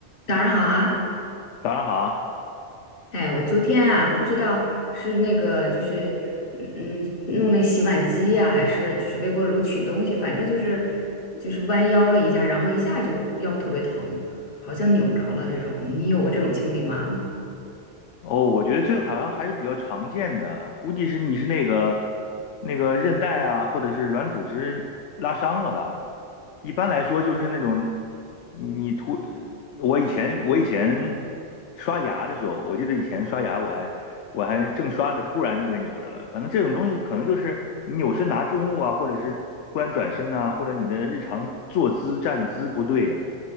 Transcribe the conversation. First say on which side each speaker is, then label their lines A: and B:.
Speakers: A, on the left; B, on the left.
A: 早上好啊！
B: 早上好，
A: 哎，我昨天啊，不知道是那个就是嗯嗯弄那洗碗机呀、还是就是微波炉取东西，反正就是就是弯腰了一下，然后一下就腰特别疼，好像扭着了这种。你有过这种经历吗？
B: 哦，我觉得这个好像还是比较常见的，估计是你是那个那个韧带啊，或者是软组织拉伤了吧？一般来说就是那种你你突，我以前我以前刷牙的时候，我记得以前刷牙我还我还正刷着，突然就被扭着了。反正这种东西可能就是你扭身拿重物啊，或者是突然转身呐、或者你的日常坐姿站姿不对，